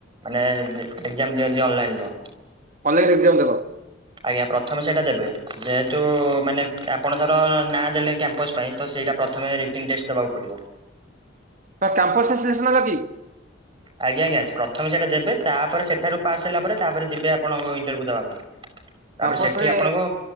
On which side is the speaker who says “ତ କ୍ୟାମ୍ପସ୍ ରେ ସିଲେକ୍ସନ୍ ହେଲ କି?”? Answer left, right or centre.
Right